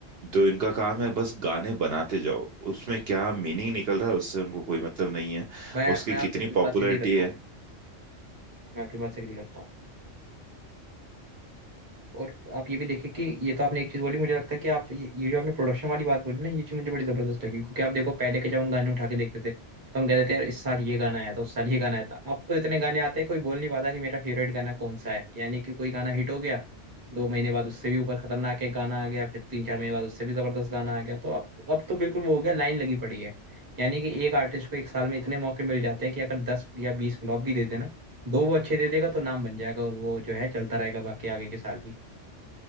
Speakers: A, on the right; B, on the right.
A: तो इनका काम है बस गाने बनाते जाओ उसमें क्या मीनिंग निकल रहा है उससे उनको कोई मतलब नहीं है
B: मैं
A: उसकी
B: मैं आपकी
A: कितनी
B: बात
A: पॉपुलैरिटी
B: से एग्री करता
A: है
B: हूँ मैं आपकी बात से एग्री करता हूँ और आप ये भी देखिए कि ये तो आपने एक चीज बोली मुझे लगता है कि आप ये ये जो आपने प्रोडक्शन वाली बात बोली ना ये चीज मुझे बड़ी जबरदस्त लगी क्योंकि आप देखो पहले के जब हम गाने उठा के देखते थे तो हम कहते थे यार इस साल ये गाना आया था उस साल ये गाना आया था अब तो इतने गाने आते हैं कोई बोल नहीं पाता कि मेरा फेवरेट गाना कौन सा है यानी कि कोई गाना हिट हो गया दो महीने बाद उससे भी ऊपर खतरनाक एक गाना आ गया फिर तीन चार महीने बाद उससे भी जबरदस्त गाना आ गया तो अब अब तो बिल्कुल वो हो गया लाइन लगी पड़ी है यानी कि एक आर्टिस्ट को एक साल में इतने मौके मिल जाते हैं कि अगर दस या बीस फ्लॉप भी दे देना दो वो अच्छे दे देगा तो नाम बन जाएगा और वो जो है चलता रहेगा बाकी आगे के साल भी